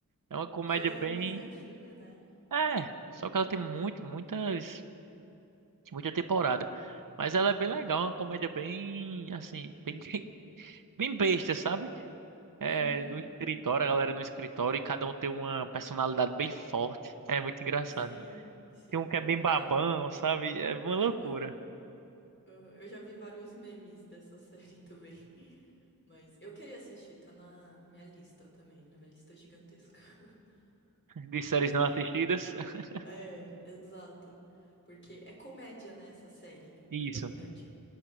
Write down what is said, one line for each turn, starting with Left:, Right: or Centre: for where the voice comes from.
Right: É uma comédia
Left: Ela é
Right: bem,
Left: mais antiga, né?
Right: é, só que ela tem muito, muitas, muita temporada. Mas ela é bem legal, é uma comédia bem assim, bem <laughs> bem besta, sabe? É,
Left: Uhum.
Right: no escritório,
Left: Uhum.
Right: a galera no escritório e cada um tem uma personalidade bem forte. É muito engraçado.
Left: Sim, sim.
Right: Tem um que é bem babão,
Left: Não.
Right: sabe? É uma
Left: Aham.
Right: loucura.
Left: Ah, Eu já vi vários memes dessa série também. <laughs> Mas eu queria assistir, tá na minha lista também, na minha lista gigantesca. <laughs> Mas
Right: De
Left: eu
Right: séries
Left: quero assistir.
Right: não assistidas. <laughs>
Left: É, exato. Porque é comédia, né, essa série, predominante.
Right: Isso.